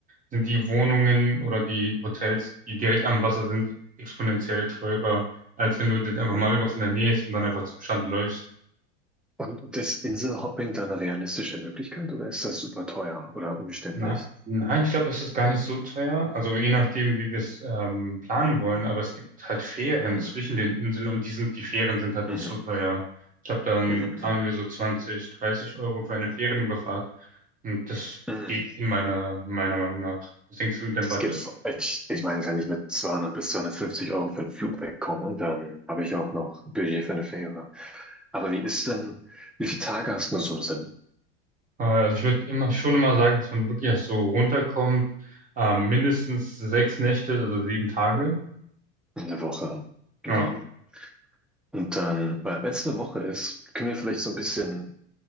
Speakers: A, on the right; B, in the centre.
A: sind die Wohnungen oder die Hotels, die direkt am Wasser sind, exponentiell teurer, als wenn du jetzt einfach
B: Ähm,
A: mal irgendwas in der Nähe ist und dann einfach zum Strand läufst.
B: Und ist Inselhopping dann eine realistische Möglichkeit oder ist das super teuer oder umständlich?
A: Na, nein, ich glaube, das ist gar nicht so teuer. Also je nachdem, wie wir es ähm, planen wollen, aber es gibt halt Fähren
B: Mhm.
A: zwischen den Inseln und die sind, die Fähren sind halt
B: Mhm.
A: nicht so teuer. Ich glaube, dann
B: Mhm.
A: zahlen wir so 20, 30 Euro für eine Fährenüberfahrt. Und das
B: Mhm.
A: geht in meiner, meiner Meinung nach. Was denkst du mit dem
B: Das
A: Budget?
B: geht, f- ich, ich meine, wenn ich mit 200 bis 250 Euro für einen Flug wegkomme, dann habe ich auch noch Budget für eine Fähre. Aber wie ist denn, wie viele Tage hast du so im Sinn
A: Äh, Also ich würde immer schon immer sagen, dass man wirklich erst so runterkommt, ähm, mindestens sechs Nächte, also sieben Tage.
B: in der Woche? Ja.
A: Ja,
B: Und dann, weil wenn es eine Woche ist, können wir vielleicht so ein bisschen